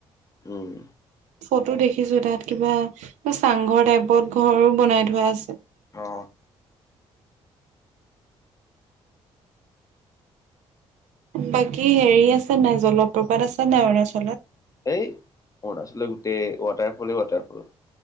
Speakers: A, on the left (about 30°); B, on the right (about 80°).
A: উম
B: ফটো দেখিছো তাত কিবা এ চাংঘৰ টাইপত ঘৰ বনাই থোৱা আছে
A: অ
B: বাকী হেৰি আছে নে নাই জলপ্ৰপাত আছে নাই অৰুণাচলত?
A: হেই অৰুণাচলত গোটেই ৱাটাৰফলে ৱাটাৰফল